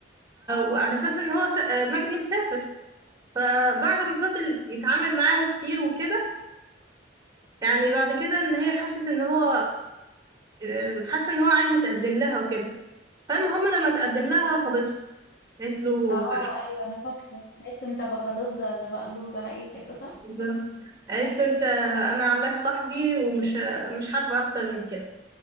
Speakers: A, on the right; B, on the left.
A: وعلى اساس ان هو س- آه، مجدي مسافر فبعد ما فضل يتعامل معاها كتير وكده يعني بعد كده ان هي حست ان هو آه، حس ان هو عايز يتقدم لها وكده فالمهم لما تقدم لها رفضته قالت له
B: اه ايوه انا فاكره قالت له انت بكالوزه ولا بقلوزه حاجه كده صح
A: بالظبط قالت له انت انا عاملاك صاحبي ومش مش حابه اكتر من كده